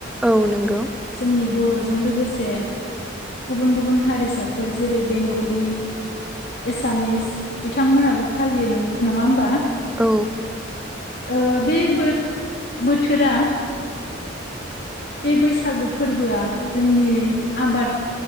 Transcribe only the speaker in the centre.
औ नंगौ।
औ।